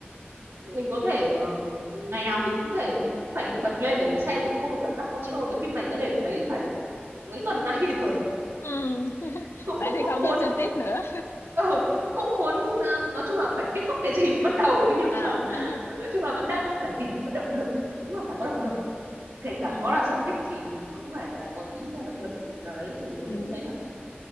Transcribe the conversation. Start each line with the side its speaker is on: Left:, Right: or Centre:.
Right: mình có thể ờ, ngày nào mình cũng thể mình cũng phải bật lên để mình xem mình không phải cảm giác khó chịu "Ôi, cái phim này tớ để đấy phải mấy tuần nay <laughs> rồi
Left: ừ <laughs>
Right: cũng
Left: vậy
Right: cũng
Left: thì
Right: cũng
Left: không nên
Right: muốn
Left: xem tiếp nữa
Right: ờ, cũng muốn ờ, nói chung là phải kết thúc cái gì mình bắt đầu ấy, nhưng
Left: à
Right: mà
Left: <laughs>
Right: nói chung là vẫn đang phải tìm một cái động lực đúng là phải có động
Left: ừ
Right: lực kể cả
Left: ừ
Right: có là sở thích thì cũng phải ờ, có tí à, động lực nào đấy thì nó
Left: ừ
Right: mới đấy nhở